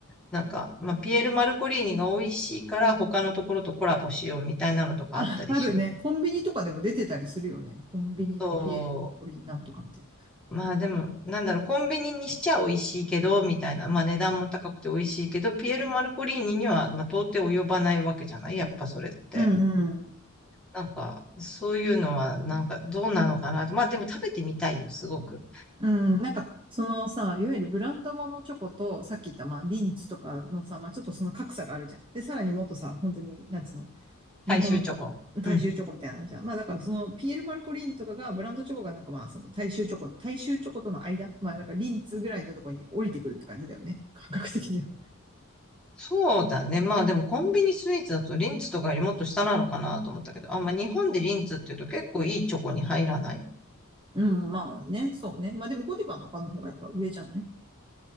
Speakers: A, in the centre; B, on the right (about 25°).
A: なんか、まあピエール・マルコリーニが美味しいから他のところとコラボしようみたいなのとかあったりしね。
B: あ、あるね。コンビニとかでも出てたりするよね。コンビニのピエロリンなんとかみたい
A: そう。まあでも、なんだろう、コンビニにしちゃ美味しいけど、みたいな。まあ値段も高くて美味しいけど、ピエール・マルコリーニには、まあ到底及ばないわけじゃないやっぱそれって。
B: な。うん
A: なんか、そういうのは、なんかどうなのかなって。まあでも食べてみたいよ、すごく。
B: うん、なんか、そのさ、いわゆるブランドものチョコと、さっき言った、まあ、リンツとかのさ、まあ、ちょっとその格差があるじゃん。で、さらにもっとさ、本当に、なんつうの、
A: 大衆チョコ。
B: 日本の大衆チョコみたいなのじゃん。
A: うん。
B: まあ、だからその、ピエール・マルコリンとかが、ブランドチョコがなんかまあ、その大衆チョコ、大衆チョコとの間、まあ、だからリンツぐらいのとこに降りてくるって感じだよね。感覚的には。
A: そうだね。まあでもコンビニスイーツだとリンツとかよりもっと下なのかなと思ったけど、あ、まあ日本でリンツっていうと結構いいチョコに入らない
B: うん、まあね、そうね。まあでも、ゴディバとかの方がやっぱ上じゃない